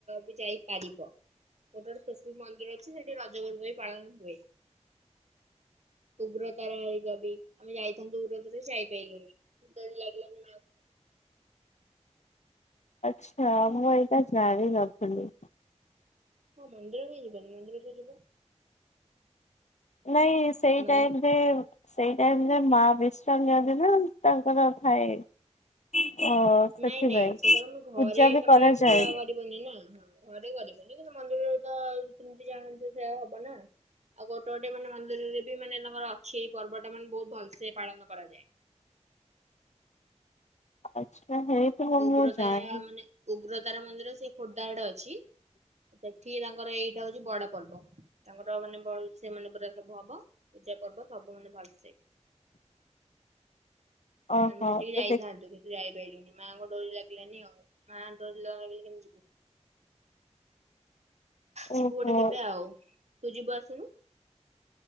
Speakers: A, on the right (about 70°); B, on the left (about 75°).
A: ବି ଯାଇପାରିବ। ଗୋଟେ ଗୋଟେ ସ୍ପେଶିଫିକ ମନ୍ଦିର ଅଛି ସେଠି ରଜ ପର୍ବ ବି ପାଳନ ହୁଏ। ଉଗ୍ରତାରା ମନ୍ଦିର ବି ଆମେ ଯାଇଥାନ୍ତୁ ରଜରେ ଯେ ଯାଇପାଇଲୁନି। ଡୋରି ଲାଗିଲାନି।
B: ଆଚ୍ଛା ମୁଁ ଏଇଟା ଜାଣି ନଥିଲି।
A: ହଁ ମନ୍ଦିରରେ ଯିବନି ମନ୍ଦିରରେ ଯିବ।
B: ନାଇଁ ସେଇ
A: ନା
B: ଟାଇମ୍ ରେ ସେଇ ଟାଇମ ରେ ମା ବିଶ୍ରାମ ନିଅନ୍ତି ନା ତାଙ୍କର ଥାଏ ଅ ସେଥିପାଇଁ
A: ନାଇଁ ନାଇଁ ସେଇଟା ତମେ ଘରେ
B: ପୂଜା ବି
A: ତମେ
B: କରାଯାଏନି
A: ପୂଜା କରିବନି ନା ହଁ। ଘରେ କରିବନି କିନ୍ତୁ ମନ୍ଦିରରେ ତ ନୀତି ନୀତି ଯାହା ଥିବ ସେଇୟା ହବ ନା। ଆଉ ଗୋଟେ ଗୋଟେ ମାନେ ମନ୍ଦିରରେ ବି ମାନେ ତାଙ୍କର ଅଛି ଏଇ ପର୍ବ ଟା ମାନେ ବହୁତ ଭଲସେ ପାଳନ କରାଯାଏ।
B: ଆଚ୍ଛା ହେଇଥିବ
A: ଉଗ୍ରତାରା
B: ମୁଁ ଜାଣିନି।
A: ମାନେ ଉଗ୍ରତାରା ମନ୍ଦିର ସେ ଖୋର୍ଦ୍ଧାଡେ ଅଛି ସେଠି ତାଙ୍କର ଏଇଟା ହଉଛି ବଡ ପର୍ବ ତାଙ୍କର ମାନେ ଭଲ ସେ ମାନେ ପୁରା ସବୁ ହବ ପୂଜା ପର୍ବ ସବୁ ମାନେ ଭଲସେ।
B: ଓହୋ
A: ଆମେ ସେଠିକି
B: ତ
A: ଯାଇଥାନ୍ତୁ
B: ଦେଖ
A: କିନ୍ତୁ ଯାଇପାଇଲୁନି ମାଆଙ୍କ ଡୋରି ଲାଗିଲାନି ଆଉ ମାଆଙ୍କ ଡୋରି ନ ଲାଗିଲେ କେମିତି ଯିବୁ। ଯିବୁ
B: ଓହୋ
A: ଗୋଟେ କେବେ ଆଉ ତୁ ଯିବୁ ଆସୁନୁ।